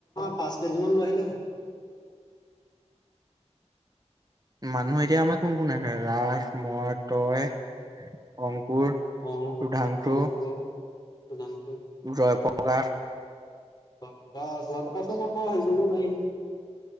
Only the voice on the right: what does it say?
মানুহ এতিয়া আমাৰ কোন কোন আছে ৰাজ মই তই অং পুৰ,
ৰূধাংশু।
ৰয় প উপকাৰ